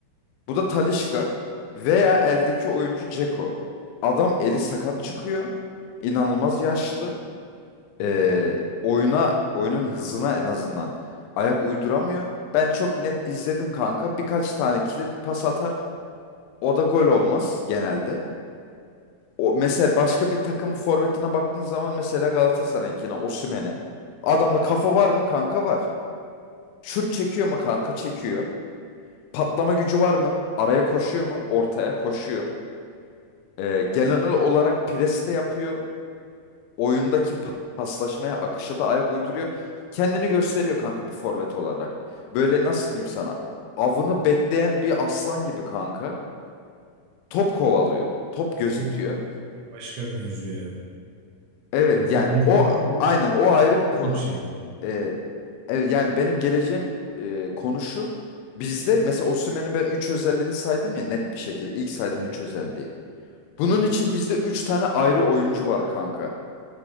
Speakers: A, on the left (about 85°); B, on the right (about 85°).
A: Bu da Talisca veya eldeki oyuncu Dzeko. Adam eli sakat çıkıyor. İnanılmaz yaşlı.
B: Hı
A: Ee,
B: hı.
A: oyuna oyunun hızına en azından ayak uyduramıyor. Ben çok net izledim kanka. Birkaç tane kilit pas atar. O da gol olmaz genelde. O mesela başka bir takımın forvetine baktığın zaman mesela Galatasaray'ınkine Osimhen'e. Adamda kafa var mı kanka var. Şut çekiyor mu kanka çekiyor. Patlama gücü var mı? Araya koşuyor mu? Ortaya koşuyor. E, genel olarak pres de yapıyor. Oyundaki pa- paslaşmaya, akışa da ayak uyduruyor. Kendini gösteriyor kanka bir forvet olarak. Böyle nasıl diyeyim sana? Avını bekleyen bir aslan gibi kanka. Top kovalıyor, top
B: Aslında
A: gözetiyor.
B: Başka bir mevzu ya.
A: Evet
B: Yani Bizim
A: yani o aynen o ayrı bir konu.
B: çok şey.
A: E, evet, yani benim geleceğim e, konu şu. Bizde mesela Osimhen'in ben 3 özelliğini saydım ya net bir şekilde. İlk saydım
B: Evet.
A: 3 özelliği. Bunun için bizde 3 tane ayrı oyuncu var kanka.